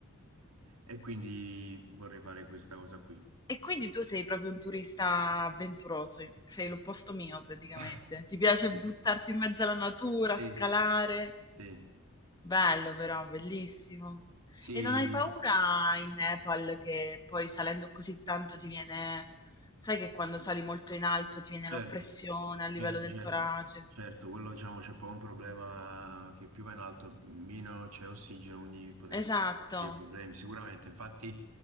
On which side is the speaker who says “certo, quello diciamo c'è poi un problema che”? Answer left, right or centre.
Right